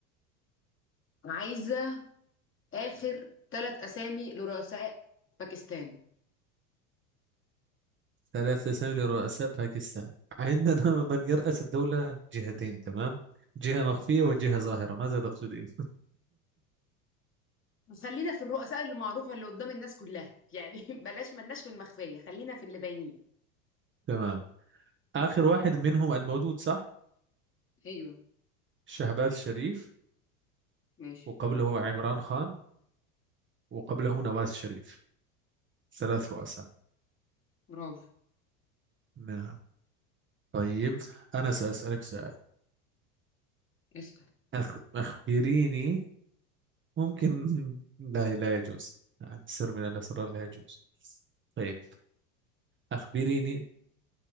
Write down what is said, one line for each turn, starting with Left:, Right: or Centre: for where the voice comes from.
Left: عايزة آخر ثلاث أسامي لرؤساء باكستان
Right: ثلاث أسامي لرؤساء باكستان عندنا <laughs> من يرأس الدولة جهتين تمام جهة مخفية وجهة ظاهرة ماذا تقصدين
Left: خلينا في الرؤساء اللي معروفة اللي قدام الناس كلها يعني <laughs> بلاش ملناش في المخفية خلينا في اللي باينين
Right: تمام آخر واحد منهم الموجود صح
Left: ايوه
Right: شهباز شريف
Left: ماشي
Right: وقبله عمران خان وقبله نواز شريف ثلاث رؤساء
Left: برافو
Right: نعم طيب أنا سأسألك سؤال
Left: اسأل
Right: أخ... أخبريني ممكن <laughs> لا لا يجوز عن سر من الأسرار لا يجوز طيب أخبريني